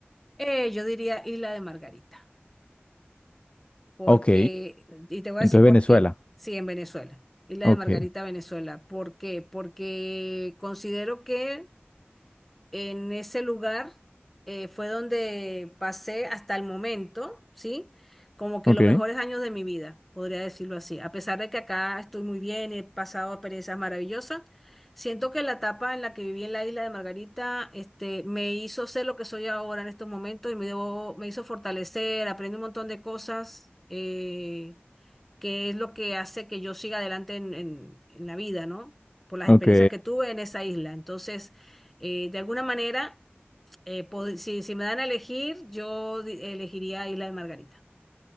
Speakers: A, in the centre; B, on the left.
A: Eh, yo diría Isla de Margarita, porque,
B: Ok,
A: y te voy
B: entonces
A: a decir por
B: Venezuela.
A: qué, sí, en Venezuela, Isla
B: Ok,
A: de Margarita, Venezuela, ¿por qué? Porque considero que En ese lugar eh, fue donde pasé hasta el momento, ¿sí? Como que
B: ok,
A: los mejores años de mi vida, podría decirlo así. A pesar de que acá estoy muy bien, he pasado experiencias maravillosas, siento que la etapa en la que viví en la isla de Margarita, este, me hizo ser lo que soy ahora en estos momentos y me, debo- me hizo fortalecer, aprendí un montón de cosas. eh, que es lo que hace que yo siga adelante en, en- en la vida, ¿no? Por las
B: ok.
A: experiencias que tuve en esa isla. Entonces, eh, de alguna manera, eh, pod- si, si me dan a elegir, yo di- elegiría Isla de Margarita.